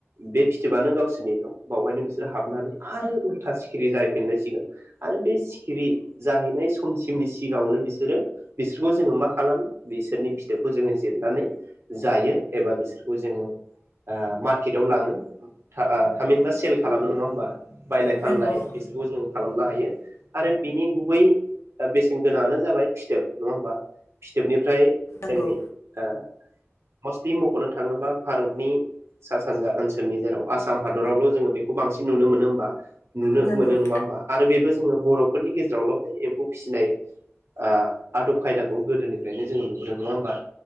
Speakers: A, on the right; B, on the left.
A: बे फिथोबानो गावसोरनि न' बावहायनो बिसोरो हाब- हाबनानै आरो उल्था सिखिरि जायफिनलायसिगोन- आरो बे सिखिरि जाहैनाय समसिमनि सिगाङावनो बिसोरो बिसोरखौ जोङो मा खालामो बिसोरनि- फिथोबखौ जोङो जिरनानै जायो एबा बिसोरखौ जोङो- मार्केटआव लाङो- ओ थामिनबा सेल खालामो नङा- ा बायलाय
B: नंगौ
A: फानलाय
B: नंगौ
A: बिसोरखौ जों- खालामनो हायो आरो बिनि गुबै बेसेन गोनाङानो जाबाय फिथोब नङा होमबा? फिथोबनिफ्राय- फओमफ्राय
B: नंगौ
A: जोंनि ओ - मस्टलि मख'नो थाङोबा भारतनि सा सानजा ओनसोलनि जेराव आसाम हादरावल' जोङो बेखौ बांसिन - नुनो मोनो होमबा- नुनो
B: नंगौ
A: मोनो
B: नंगौ
A: नङा होमबा आरो बेबो जोङो- बर'फोरनि गेजेरावल' बे एम्फौ फिसिनाय ओआ आदब खायदाखौ गोदोनिफ्रायनो जोङो नुबोदों नङा होमबा?